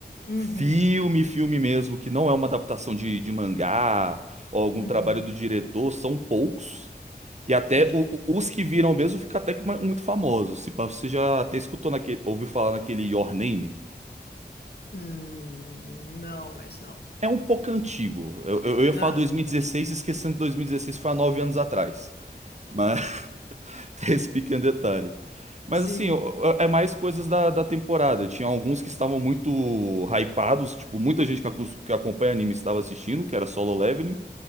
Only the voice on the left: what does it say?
Uhum,
uhum,
entendi.
Hum, não, mas não.
Ah,
sim,